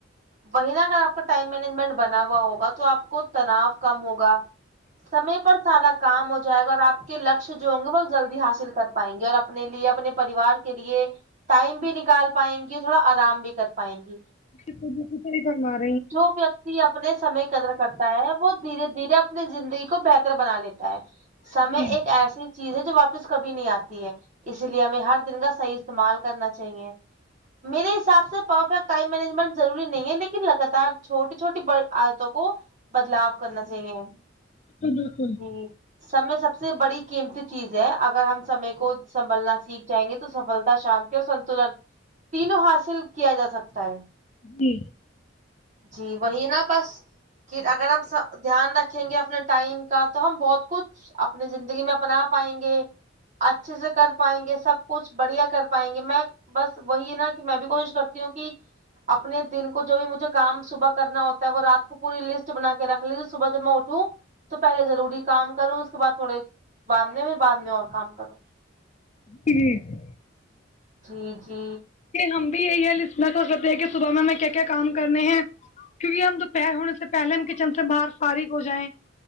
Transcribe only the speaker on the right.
وہی نہ اگر آپ کا ٹائم مینجمنٹ بنا ہوا ہوگا تو آپ کو تناؤ کم ہوگا سمے پر سارا کام ہو جائے گا اور آپ کے لکش جو ہوں گے وہ جلدی حاصل کر پائیں گے اور اپنے لیے اپنے پریوار کے لیے ٹائم بھی نکال پائیں گی اور تھوڑا آرام بھی کر پائیں گی
جو ویکتی اپنے سمے قدر کرت تا ہے وہ دھیرے دھیرے اپنی زندگی کو بہتر بنا لیتا ہے سمے
ایک ایسی چیز ہے جو واپس کبھی نہیں آتی ہے اسی لیے ہمیں ہر دن کا صحیح استعمال کرنا چاہیے میرے حساب سے پرفیکٹ ٹائم مینجمنٹ ضروری نہیں ہے لیکن لگاتار چھوٹی چھوٹی بری عادتوں کو بدلاؤ کرنا چاہیے
جی سمے سب سے بڑی قیمتی چیز ہے اگر ہم سمے کو سنبھلنا سیکھ جائیں گے تو سفلتا شانتی اور سنتولن تینوں حاصل کیا جا سکتا ہے
جی وہی نا بس کی اگر ہم سب دھیان رکھیں گے اپنے ٹائم کا تو ہم بہت کچھ اپنی زندگی میں اپنا پائیں گے اچھے سے کر پائیں گے سب کچھ بڑھیا کر پائیں گے میں بس وہی نا کہ میں بھی کوشش کرتی ہوں کہ اپنے دن کو جو بھی مجھے کام صبح کرنا ہوتا ہے وہ رات پوری لسٹ بنا کے رکھ لی صبح جب میں اٹھوں تو پہلے ضروری کام کروں اس کے بعد تھوڑے بعد میں بھی بعد میں اور کام کروں
جی جی